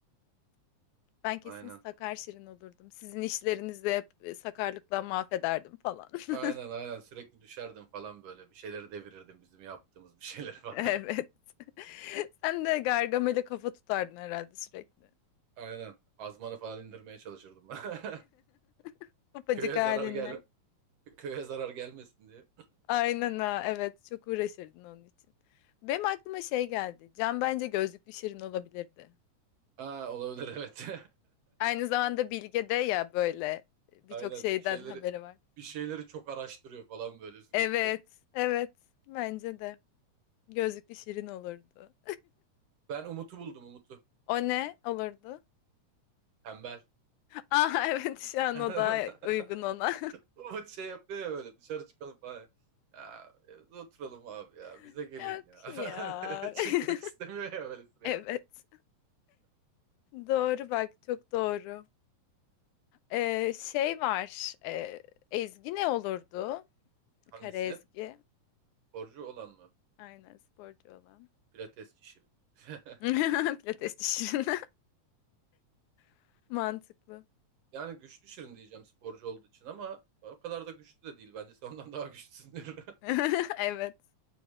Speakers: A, on the left; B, on the right.
A: Ben kesin
B: Aynen.
A: sakar şirin olurdum. Sizin işlerinizi hep e, sakarlıkla mahvederdim falan.
B: Aynen
A: <laughs>
B: aynen sürekli düşerdin falan böyle. Bir şeyleri devirirdim bizim yaptığımız bir şeyleri falan.
A: Evet.
B: <laughs>
A: <laughs> Sen de Gargamel'e kafa tutardın herhalde sürekli.
B: Aynen. Azmanı falan indirmeye çalışırdım ben. <laughs>
A: <laughs> Topacık
B: Köye
A: halinle.
B: zarar gel köye zarar gelmesin diye.
A: Aynen ha evet çok uğraşırdın onun için. Benim aklıma şey geldi. Can bence gözlüklü Şirin olabilirdi.
B: Aa olabilir evet.
A: Aynı zamanda Bilge de ya böyle
B: <laughs>
A: birçok
B: Aynen
A: şeyden
B: bir şeyleri
A: haberi var.
B: bir şeyleri çok araştırıyor falan böyle sürekli.
A: Evet evet bence de gözlüklü Şirin olurdu.
B: Ben Umut'u buldum Umut'u.
A: O ne olurdu?
B: Tembel.
A: Aa <laughs> evet şu an
B: <laughs>
A: o daha uygun ona.
B: Umut şey yapıyor ya böyle dışarı çıkalım falan. Ya evde oturalım abi ya
A: <laughs>
B: bize gelin
A: Yok
B: ya.
A: ya.
B: <laughs> Çıkmak
A: <laughs>
B: istemiyor ya böyle sürekli.
A: Evet doğru bak çok doğru. Ee, şey var ee, Ezgi ne olurdu?
B: Hangisi?
A: Kara Ezgi.
B: Sporcu olan mı?
A: Aynen sporcu olan.
B: Pilatesçi Şirin. <laughs>
A: <laughs> Pilates dişinin. <laughs> Mantıklı.
B: Yani güçlü Şirin diyeceğim sporcu olduğu için ama o kadar da güçlü de değil. Bence sen ondan daha güçlüsündür.
A: <laughs> Evet.